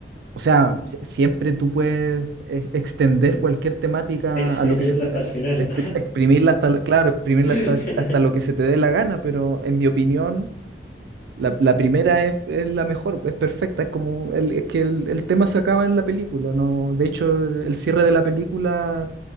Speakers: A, on the right; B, on the left.
A: O sea, si- siempre tú puedes e- extender cualquier temática
B: Exprimirla
A: a lo que se, tra-
B: hasta el final.
A: expri- exprimirla hasta, la- claro, exprimirla
B: <laughs>
A: hasta, hasta lo que se te dé la gana, pero en mi opinión, La, la primera es, es la mejor, pues, es perfecta, es como el, es que el, el tema se acaba en la película, no, de hecho el cierre de la película